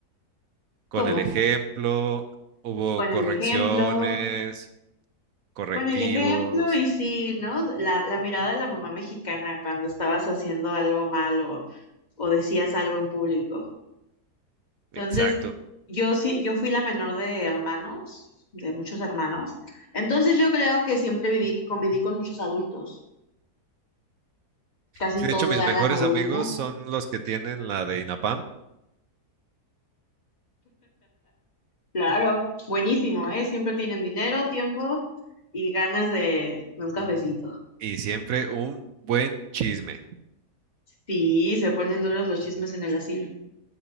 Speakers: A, on the right (about 65°); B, on the left (about 30°).
A: Con
B: ¿Cómo?
A: el ejemplo, hubo
B: Con
A: correcciones,
B: el ejemplo,
A: correctivos,
B: con el ejemplo y sí, ¿no? La, la mirada de la mamá mexicana cuando estabas haciendo algo malo o decías algo en público.
A: exacto.
B: Entonces, yo sí, yo fui la menor de hermanos, de muchos hermanos. Entonces, yo creo que siempre viví, conviví con muchos adultos. Casi
A: Sí,
B: todos
A: de hecho, mis
B: ya
A: mejores
B: eran adultos.
A: amigos son los que tienen la de INAPAM
B: Claro, buenísimo, ¿eh? Siempre tienen dinero, tiempo y ganas de, de un cafecito.
A: y siempre un buen chisme.
B: Sí, se ponen duros los chismes en el asilo.